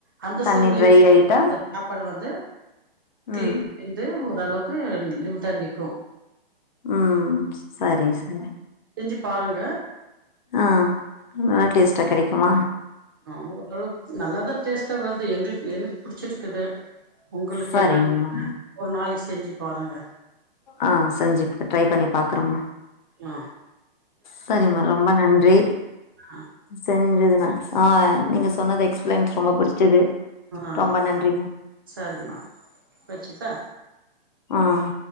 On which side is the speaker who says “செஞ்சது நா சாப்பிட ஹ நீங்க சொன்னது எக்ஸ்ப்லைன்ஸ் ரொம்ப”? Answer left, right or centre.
Left